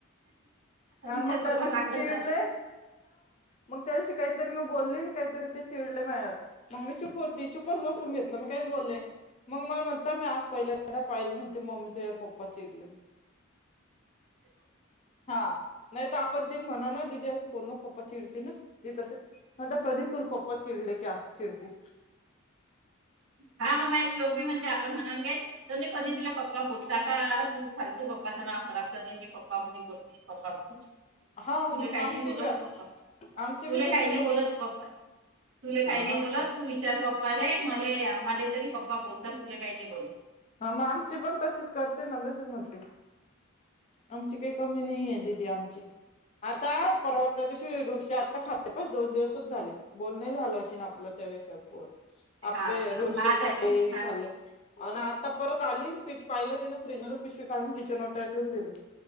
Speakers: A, on the left; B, on the right.
A: आणि
B: हिच्या
A: मग
B: समोर
A: त्या दिवशी
B: रागत
A: चिडले
B: जाय
A: मग त्या दिशी काहीतरी मी बोलली काहीतरी ते चिडले मयावर मग मी चुप होती चुपच बसून घेतलं मी काहीच बोलले मग मला म्हणता मी आज पहिले पाहिले म्हते मम्मी ते पप्पा चिड हा, नाही तर आपण तीन म्हणा ना दिदे अस करू नको चिडती ना जी तसे म्हता कधी तुल पप्पा चिडले की अस चिडती
B: हा मग मे श्लोक बी म्हणते आपण म्हणाल काय म्हंजे कधी तुला पप्पा बोलता का खालतू पप्पाच नाव खराब कर दे की पप्पा ममध्ये बोलप्पा तु
A: हा मग
B: काही
A: आमची
B: नाही बोलत
A: बी
B: पप्पा तुले
A: आमची बी तशीच
B: काही नाही
A: म्हणते
B: बोलत पप्पा तुले काही
A: हा
B: नाही बोलत तू विचार प पणे मले माझे तरी पप्पा बोलतात तुले काही नाही बोलत
A: हा मग आमची पण तशीच करते ना तसेच म्हणते आमची काही कमी नाही आहेे दीदी आम आता पर्वता दिवशी ढोसे आता खाल्ले पण दोन दिवसच झाले बोलणे झालं, अशी ना आपलं त्या विषय प
B: हा
A: आपे
B: हा
A: ढोसे
B: हा त्या
A: खाल्ले
B: दिवशी
A: हे
B: हा
A: खाल्ले आणि परत आली पीठ पाहिलं तिनं फ्रीजून पिशवी काढून किचन वाट्यावर ठेऊन दिले